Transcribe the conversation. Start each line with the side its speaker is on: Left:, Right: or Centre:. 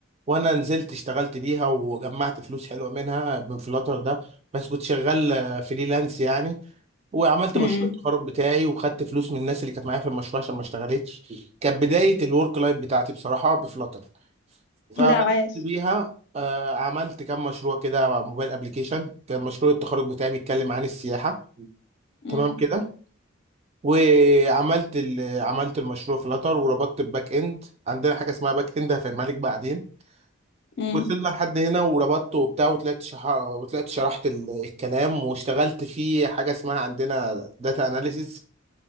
Right: وانا نزلت اشتغلت بيها وجمعت فلوس حلوه منها من فلاتر ده بس كنت شغال آه، فريلانس يعني وعملت
Left: إمم.
Right: مشروع التخرج بتاعي وخدت فلوس من الناس اللي كانت معايا في المشروع عشان ما اشتغلتش كانت بدايه الورك لايف بتاعتي بصراحه بفلاتر فبدات
Left: لا عايش
Right: بيها آه، عملت كام مشروع كده موبايل ابلكيشن كان مشروع التخرج بتاعي بيتكلم عن السياحه
Left: امم
Right: تمام كده وعملت ال- عملت المشروع في لاتر وربطت الباك اند عندنا حاجه اسمها باك اند هفهمها لك بعدين
Left: امم
Right: وصلنا لحد هنا وربطته وبتاع وطلعت شح... وطلعت شرحت ال- الكلام واشتغلت في حاجه اسمها عندنا داتا اناليسيز